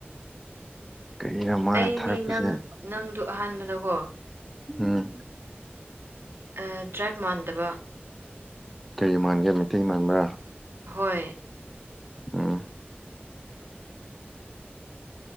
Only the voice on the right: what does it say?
ꯑꯩꯗꯤ
ꯅꯪ ꯅꯪꯗꯨ ꯑꯍꯥꯟꯕꯗꯀꯣ
ꯑꯥ ꯇ꯭ꯔꯥꯏꯞ ꯃꯥꯟꯗꯕ
ꯍꯣꯏ